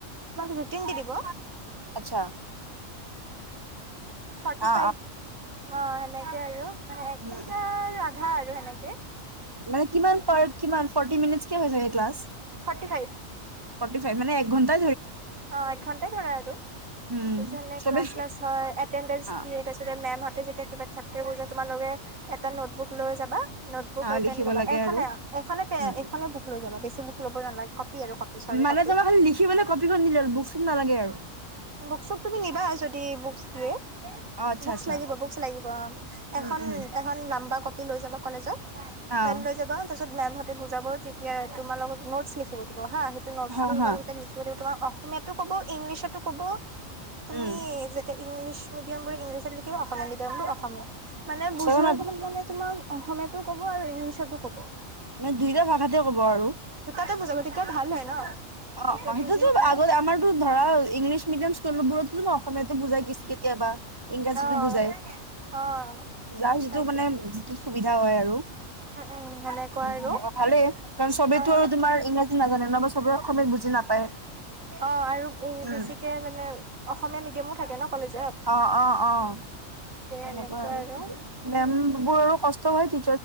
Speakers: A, on the right (about 80°); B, on the right (about 15°).
A: ৰুতিন দি দিব।
B: আচ্ছা
A: ফোৰ্টী
B: অ
A: ফাইভ সেনেকে আৰু
B: নি
A: তাৰ আধা আৰু এনেকে
B: মানে কিমান প কিমান ফৰ্টি মিনিট হৈ য ক্লা
A: forty five
B: forty five minute মানে একঘণ্টা
A: অ এক ঘণ্টাই ধৰা আৰু
B: উম
A: আৰু তাৰপিছ
B: চবে
A: ক্লাছ্ ছিলাচ হয় এটেন্ট
B: অ
A: দিয়ে তা পিছত মেম এই যেতিয়া কিবা চেপ্টাৰবোৰ যে তোমালোকে এটা নোটবুক লৈ যাবা নোট বুক
B: অ
A: আৰু
B: লিখিব
A: পেন ল'বা,
B: লাগে
A: এখনে
B: আৰু
A: এখনে পে
B: উম
A: এখনে বুক লৈ যাবা, বেছি বুক ল'ব নালাগে। কপি আৰু কপি চৰি
B: মানে
A: কপি
B: তোমাক খালি লিখিবলৈ কপিখন দিলে হ'ল, বুক-চুক নালাগে আৰু।
A: বুক-চুক তুমি নিবা, যদি বুকছ দিয়ে
B: অ আচ্ছা
A: বুকছ
B: আচ্ছা
A: লাগিব, বুকছ লাগিব, অ', এখন,
B: উম উম
A: এখন লাম্বা কপি পিন লৈ যাবা কলেজত,
B: অ
A: পেন লৈ যাবা, তাৰপিছত মেমহঁতে বুজাব, তেতিয়া তোমালোকক নোটছ লিখিব দিব। বহা, সেইটো নোটছটো
B: হা হা
A: মান <unintelligible> তোমাৰ অসমীয়াতো ক'ব, ইংলিছতো ক'ব। তুমি
B: উম
A: যেতিয়া ইংলিছ মিডিয়াম বুলি ইংলিছ লিখিবা অসমীয়া মিডিয়াম বুলি অসমীয়া, মানে বুজোৱাৰ
B: ছয়খনত
A: সময়ত মানে তোমাক অসমীয়াতো ক'ব আৰু ইংলিছতো ক'ব।
B: মানে দুইটা ভাষাতে ক'ব আৰু।
A: দুইটাই বুজাব, তেতিয়া ভাল হয় ন'। তেতিয়া
B: অ', অ', সেইটোতো
A: বুজিও পায়
B: আগত আমাৰটো ধৰা ইংলিছ মিডিয়াম স্কুলবোৰতো ন', অসমীয়াতো বুজাই কেতিয়াবা, ইংৰাজীতো
A: অ
B: বুজাই।
A: অ'।
B: যাৰ যিটো
A: তাকে
B: মানে যিটোত সুবিধা হয় আৰু।
A: অ', সেনেকুৱাই
B: উম, সেনেকুৱা
A: ন?
B: ভালেই
A: <unintelligible>
B: কাৰণ চবেতো
A: <unintelligible>
B: আৰু তোমাৰ ইংৰাজী নাজানে ন বা চবে অসমীয়াত বুজি নাপায়।
A: অ', আৰু বহু
B: উম,
A: বেছিকে মানে অসমীয়া মিডিয়ামো থাকে ন', কলেজ
B: অ', অ', অ', অ', সেনেকুৱা
A: এনেকুৱা
B: আৰু <unintelligible>
A: উম
B: মেমবোৰৰো কষ্ট হয় ঠি